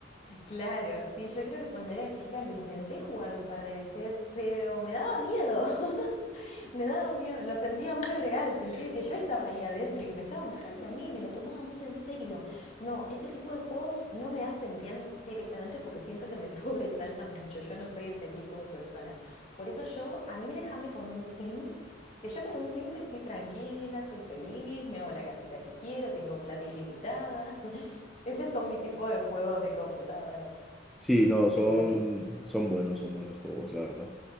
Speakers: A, on the left; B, in the centre.
A: Claro, sí, yo creo que cuando era chica lo intenté jugar un par de veces, pero me daba miedo, <laughs> me daba miedo, lo sentía muy real, sentía que yo estaba ahí adentro y que me estaban matando a mí, me lo tomaba muy en serio. No, ese tipo de juegos no me hacen bien directamente porque siento que me <laughs> sobresaltan mucho, yo no soy ese tipo de personas. Por eso yo, a mí déjame con un Sims, que yo con un Sims estoy tranquila, soy feliz, me hago la casita que quiero, tengo plata ilimitada. <laughs> Ese son mi tipo de juegos de computadora.
B: Sí, no, son,
A: Pero, eh,
B: son buenos, son buenos juegos, la verdad.